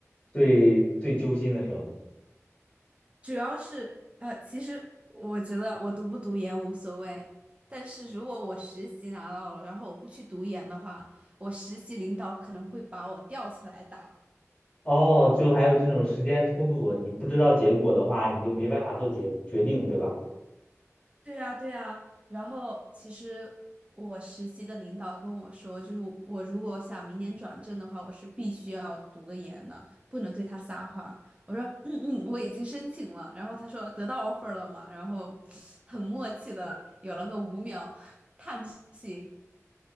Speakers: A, on the left; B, on the right.
A: 最最揪心的时候。
B: 主要是呃，其实我觉得我读不读研无所谓，但是如果我实习拿到了，然后我不去读研的话，我实习领导可能会把我吊起来打。
A: 哦，就还有这种时间冲突，你不知道结果的话，你就没办法做决决定，对吧？
B: 对呀，对呀。然后其实我实习的领导跟我说，就是我我如果想明年转正的话，我是必须要读个研的，不能对他撒谎。我说嗯嗯，我已经申请了。然后他说得到 offer 了嘛，然后很默契的有了个五秒 <laughs> 叹气。